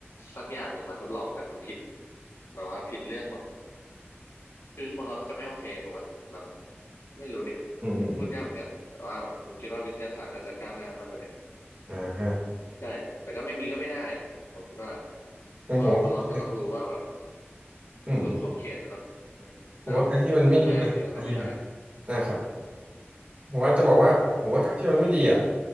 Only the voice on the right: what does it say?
อืมอืมอืม
อ่าอ่า
ผมว่า
อืม
ผมว่าการที่มันไม่ดีมันไม่ดีหรอก
อ่าครับ ผมว่าจะบอกว่าผมว่าการที่มันไม่ดีอ่ะ